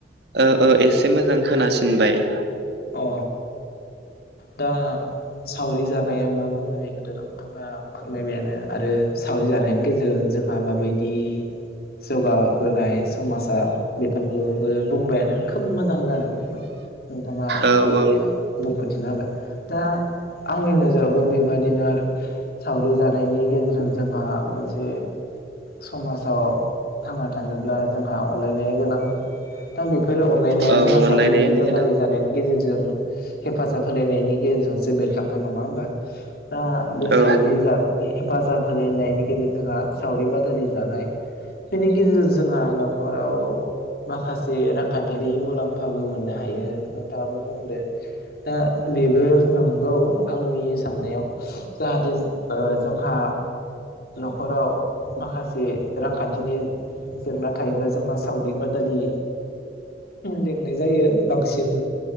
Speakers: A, on the right; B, on the left.
A: ओ ओ एसे मोजां खोनासिनबाय
B: अ दा सावरि जाब नाया मा बुङो बेखौथ नोंथाङा फोरमायबायानो आरो सावरि जानायनि गेजेरजों जोंहा माबायदि जौगाबोनाय समाजा बेफोरखौबो बुंबायानो खोब मोजां जादों। नोंथाङा मोजाङैनो
A: औ औ
B: बुं जाबाय दा आंनि नोजोरावबो बेबादि बिदिनो आरो सावरि जानायनि गेजेरजों जोंहा मोनसे समाजाव थांना थानोब्ला जोंहा अनलायनाय गोनां दा बेफोर अनलायनाया
A: औ
B: जोंहा सावरि
A: अनलायनायानो
B: बादालि
A: गोनां
B: जानायनि गेजेरजों हेफ फाजाब होलायनायनि गेजेरजोंसो बेरखांनाय नङा होमबा दा बे
A: औ
B: सावरि जा हेफाजाब होलायनायनि गेजेरजोंहा सावरि बादालि जानाय बेनि गेजेरजों जोंहा न'खराव माखासे रांखान्थियारि मुलाम्फा खाबु मोननो हायो नोंथाङाबो बुंदो दा बेबो नंगौ आंनि साननायाव जाहाथे ओ जोंहा न'खराव माखासे रांखान्थिनि जेंना थायोब्ला जोंहा सावरि बादालि लेंनाय जायो बांसिन